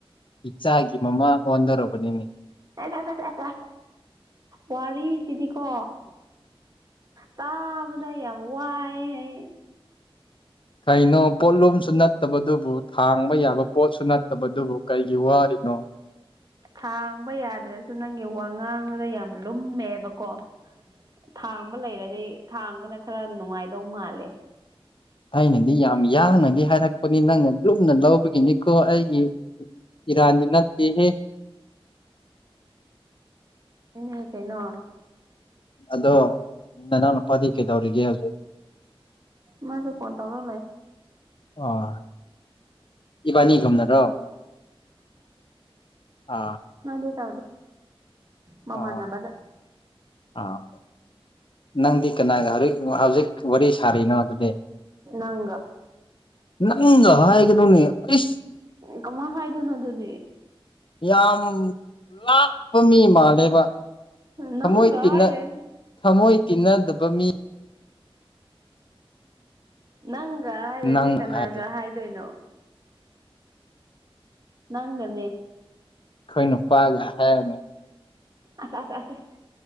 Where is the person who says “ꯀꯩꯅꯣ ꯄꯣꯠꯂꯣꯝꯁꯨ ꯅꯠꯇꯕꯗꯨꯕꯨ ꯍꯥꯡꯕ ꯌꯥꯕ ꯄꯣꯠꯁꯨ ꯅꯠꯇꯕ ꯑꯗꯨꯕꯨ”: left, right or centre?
Left